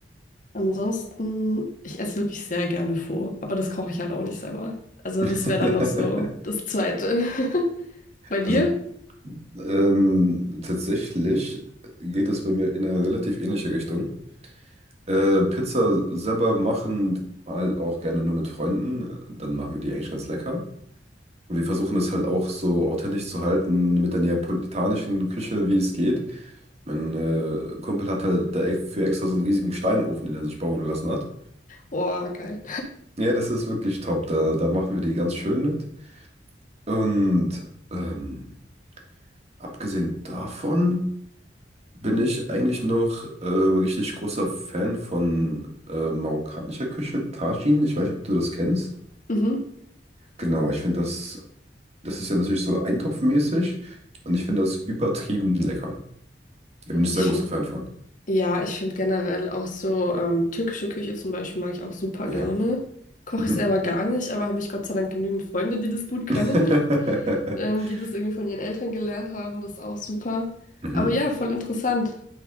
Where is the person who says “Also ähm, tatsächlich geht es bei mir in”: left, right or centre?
Right